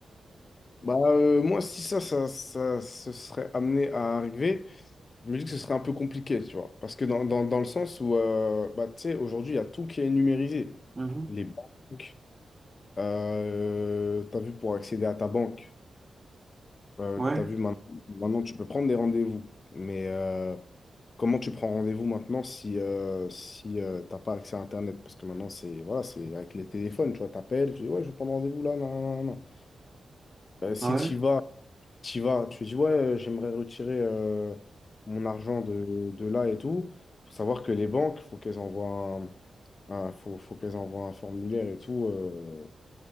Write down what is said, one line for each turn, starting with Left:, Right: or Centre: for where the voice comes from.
Left: Bah, euh, moi, si ça, ça, ça se serait amené à arriver, je me dis que ce serait un peu compliqué, tu vois. Parce que dans, dans, dans le sens où, euh, bah, tu sais, aujourd'hui, il y a tout qui est numérisé.
Right: Mhm.
Left: Les banques, euh, tu as vu pour accéder à ta banque. Euh,
Right: Ouais,
Left: t'as vu, maintenant, maintenant, tu peux prendre des rendez-vous, mais euh, comment tu prends rendez-vous maintenant si, euh, si euh, t'as pas accès à Internet? Parce que maintenant, c'est voilà, c'est avec les téléphones, tu vois, t'appelles, tu dis, ouais, je veux prendre rendez-vous là, non, non, non. Euh, si
Right: ouais,
Left: t'y vas, t'y vas, tu dis, ouais, euh, j'aimerais retirer euh, mon argent de, de là et tout. Faut savoir que les banques, faut qu'elles envoient un, un- faut, faut qu'elles envoient un formulaire et tout. euh,